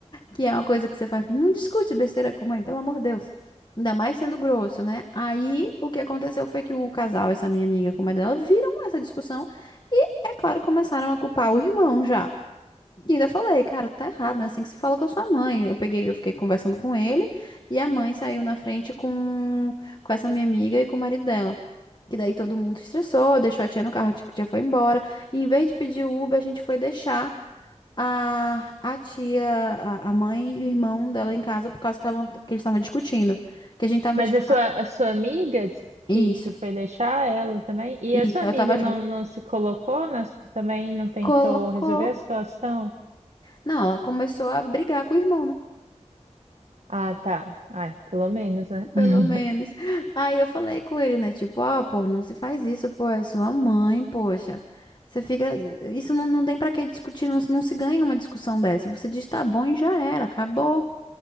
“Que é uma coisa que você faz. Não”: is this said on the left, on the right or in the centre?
Left